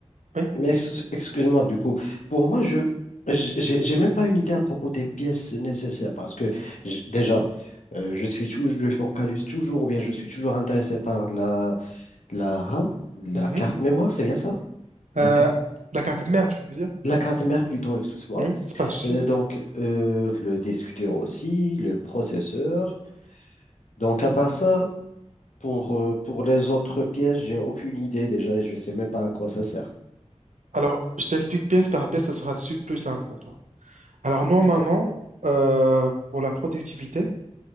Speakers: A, on the right; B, on the left.
A: Oui,
B: Mais ex- excuse-moi, du coup, pour moi, je j- j'ai j'ai même pas une idée à propos des pièces nécessaires parce que j- déjà, euh, je suis toujours, je focalise toujours ou bien je suis toujours intéressé par la, la RAM, la
A: mhm.
B: carte mémoire, c'est bien ça? La
A: Euh,
B: carte,
A: la carte mère, tu veux dire?
B: la carte mère plutôt, excuse-moi.
A: Oui, c'est pas un souci.
B: Euh, donc, euh, le disque dur aussi, le processeur. Donc, à part ça, pour, euh, pour les autres pièces, j'ai aucune idée déjà et je sais même pas à quoi ça sert.
A: Alors, je t'explique pièce par pièce, ce sera su- plus simple pour toi. Alors, normalement,
B: D'accord.
A: euh, pour la productivité,